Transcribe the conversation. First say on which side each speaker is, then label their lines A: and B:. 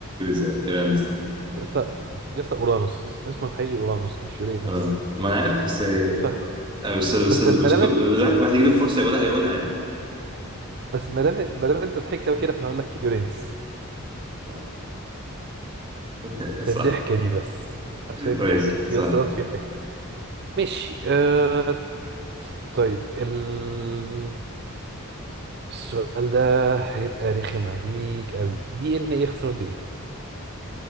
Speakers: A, on the right; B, on the right.
A: يعني يورانس
B: يسا يسا اورانوس اسم- اسمه الحقيقي اورانوس مش يورينس
A: آه، ما انا عارف بس آه،
B: ف
A: بس بس
B: بس
A: بس
B: ما دام
A: كل-
B: إنت-
A: واحد يجي له فرصه يقولها هيقولها يعني.
B: بس ما دام ما دام انت ضحكت قوي كده فانا هقول لك يورينس
A: صح <laughs>
B: عشان
A: صح
B: الضحكه دي بس عشان الضحكه
A: ماشي صح
B: دي بس غلط في حاجه ماشي آه... طيب ال... السؤال ده هيبقى رخم عليك قوي دي ان ايه يخسر ليه